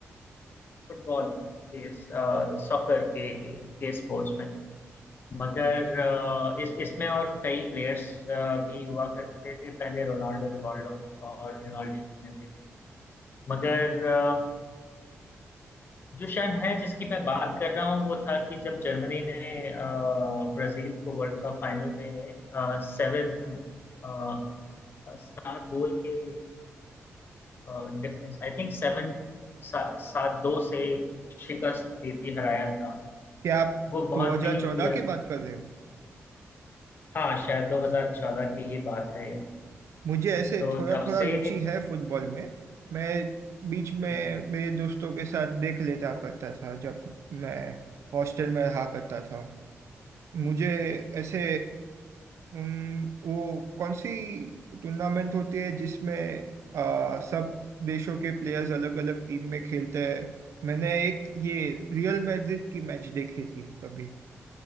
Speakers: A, on the left; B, on the right.
A: फुटबॉल के सॉकर के के स्पोर्ट्स में मगर अ, इस इसमें और कई प्लेयर्स भी हुआ करते थे पहले रोनाल्डो रिवाल्डो और रोनाल्डिनो में भी थे मगर अ, जो शायद है जिसकी मैं बात कर रहा हूँ वो था कि जब जर्मनी ने अ, ब्राजील को वर्ल्ड कप फाइनल में अ, सेवन अ, अ, सात गोल के डिफरेंस आई थिंक सेवन सा, सात दो से शिकस्त दी थी हराया था
B: क्या आप
A: वो बहुत
B: 2014
A: ही अ,
B: की बात कर रहे हो
A: हाँ शायद 2014 की ही बात है ये
B: मुझे ऐसे
A: तो
B: थोड़ा
A: तब
B: थोड़ा
A: से
B: रुचि है फुटबॉल में मैं बीच में
A: जी
B: मेरे दोस्तों के साथ देख लेता करता था जब मैं हॉस्टल में रहा करता था मुझे ऐसे हम्म, वो कौन सी टूर्नामेंट होती है जिसमें आ, सब देशों के प्लेयर्स अलग अलग टीम में खेलते हैं मैंने एक ये रियल मैड्रिड की मैच देखी थी तभी